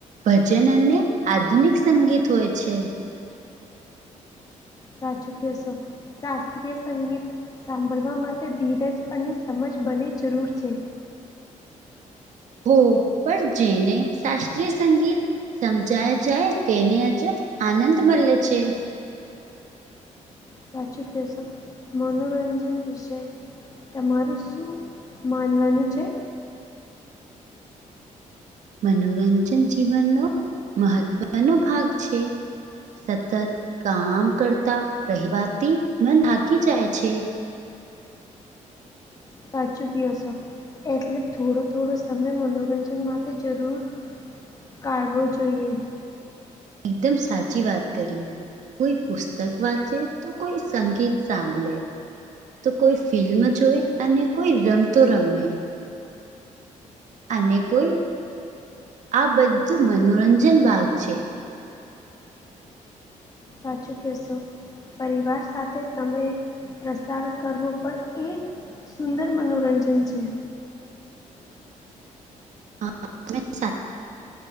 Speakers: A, on the right; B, on the left.
A: ભજન અને આધુનિક સંગીત હોય છે.
B: સાચુ ક્યો સો. શાસ્ત્રીય સંગીત સાંભળવા માટે ધીરજ અને સમજ બને જરૂર છે.
A: હો પણ જેને શાસ્ત્રીય સંગીત સમજાય જાય તેને અજબ આનંદ મળે છે.
B: સાચું ક્યો સો મનોરંજન વિષય તમારું શું માનવાનું છે?
A: મનોરંજન જીવનનો મહત્વનો ભાગ છે. સતત કામ કરતા રહેવાથી મન થાકી જાય છે.
B: સાચું કયોસો એટલે થોડો થોડો સમય મનોરંજન માટે જરૂર કાઢવો જોઈએ.
A: એકદમ સાચી વાત કરી. કોઈ પુસ્તક વાંચે તો કોઈ સંગીત સાંભલે. તો કોઈ ફિલ્મ જોય અને કોઈ રમતો રમે. અને કોઈ આ બધું મનોરંજન ભાગ છે.
B: સાચું કયોશો. પરિવાર સાથે સમય પ્રસાર કરવો પણ એક સુંદર મનોરંજન છે.
A: <unintelligible>